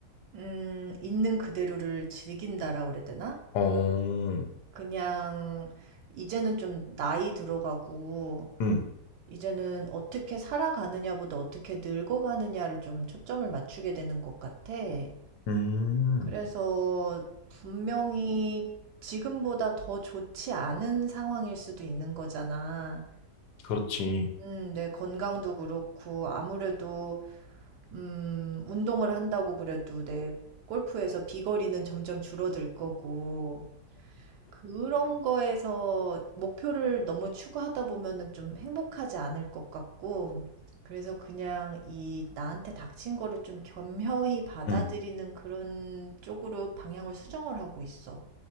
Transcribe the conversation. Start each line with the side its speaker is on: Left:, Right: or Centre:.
Right: 음, 있는 그대로를 즐긴다라 그래야 되나?
Left: 어.
Right: 그냥, 이제는 좀 나이 들어가고,
Left: 응.
Right: 이제는 어떻게 살아가느냐보다 어떻게 늙어가느냐를 좀 초점을 맞추게 되는 것 같아. 음,
Left: 음.
Right: 그래서 분명히 지금보다 더 좋지 않은 상황일 수도 있는 거잖아.
Left: 그렇지.
Right: 음, 내 건강도 그렇고, 아무래도, 음, 운동을 한다고 그래도 내 골프에서 비거리는 점점 줄어들 거고, 그런 거에서 목표를 너무 추구하다 보면은 좀 행복하지 않을 것 같고, 그래서 그냥 이 나한테 닥친 거를 좀 겸허히 받아들이는
Left: 응.
Right: 그런 쪽으로 방향을 수정을 하고 있어.